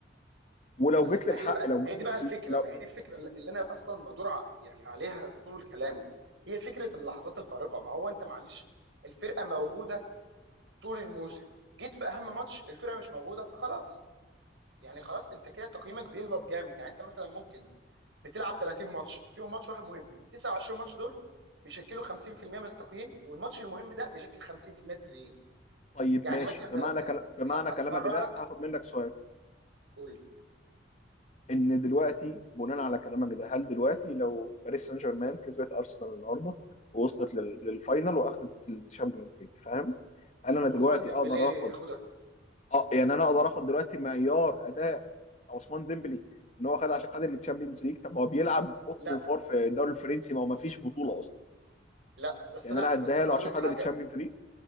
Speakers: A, on the left; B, on the right.
A: ولو
B: بس
A: جيت
B: ما
A: للحق
B: هي دي بقى
A: لو
B: ما هي دي بقى الفكره
A: لو
B: ما هي دي الفكره اللي انا اصلا بدور ع- يعني عليها طول كلامي هي فكره اللحظات الفارقه ما هو انت معلش الفرقه موجوده طول الموسم جيت في اهم ماتش الفرقه مش موجوده خلاص يعني خلاص انت كده تقييمك بيهبط جامد يعني انت مثلا ممكن بتلعب 30 ماتش فيهم ماتش واحد مهم 29 ماتش دول بيشكلوا 50% من التقييم والماتش المهم ده بيشكل 50% التانيين
A: طيب
B: يعني
A: ماشي
B: مثلا احنا
A: بمعنى
B: لا, لا
A: كل... بمعنى
B: ه- هتفرع
A: كلامك ده
B: لك
A: هاخد منك سؤال
B: هتقول لي
A: ان دلوقتي بناء على كلامك ده هل دلوقتي لو باريس سان جيرمان كسبت ارسنال النهارده ووصلت لل... للفاينل واخدت الشامبيونز ليج فاهم هل انا
B: عثمان
A: دلوقتي
B: ديمبلي
A: اقدر اخد
B: ياخدها
A: اه يعني انا اقدر اخد دلوقتي معيار اداء عثمان ديمبلي ان هو خد عشان خد الشامبيونز ليج طب ما هو بيلعب اوضه
B: لا
A: وفار في الدوري الفرنسي ما هو ما فيش بطوله اصلا
B: لا بس
A: يعني
B: انا
A: انا
B: بس
A: هديها
B: انا
A: له
B: هقول
A: عشان
B: لك
A: خد
B: حاجه
A: الشامبيونز ليج